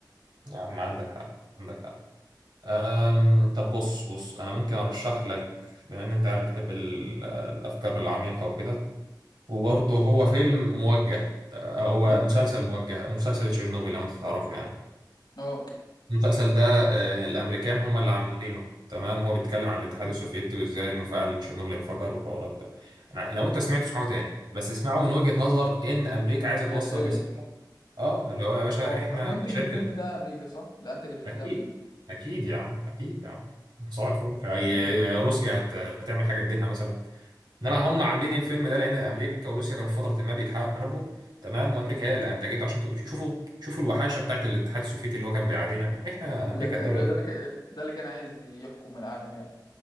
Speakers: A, on the right; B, on the left.
A: يا عم عندك حق عندك حق أم طب بص بص انا ممكن ارشح لك بما ان انت يعني بتحب ال- الافكار العميقة وكده وبرضه هو فيلم موجه هو
B: امم
A: مسلسل موجه مسلسل تشيرنوبل لو انت تعرفه يعني
B: اه
A: المسلسل ده آه، الامريكان هم اللي عاملينه تمام هو بيتكلم عن الاتحاد
B: مم.
A: السوفيتي وازاي المفاعل تشيرنوبل انفجر والحوارات ده انا لو
B: مم.
A: انت سمعته اسمعه تاني بس اسمعه من وجهة نظر ان امريكا عايزه
B: سياسية
A: توصل رساله اه اللي هو يا باشا
B: هو
A: احنا
B: منتج
A: شايف
B: الفيلم ده امريكا صح؟ اللي انتج الفيلم
A: اكيد
B: ده امريكا
A: اكيد يا عم اكيد يا عم صباح الفل هي-
B: مم.
A: روسيا هت- هتعمل حاجه تدينها مثلا انما هم عاملين الفيلم ده لان امريكا وروسيا كانوا في فتره ما بيتحاربوا تمام وامريكا هي اللي انتجته عشان تق- شوفوا شوفوا الوحاشه بتاعت الاتحاد السوفيتي اللي هو كان بيعادينا احنا امريكا
B: ولا ده
A: الدوله
B: ده ده اللي كان ده اللي كان عايز يحكم العالم يعني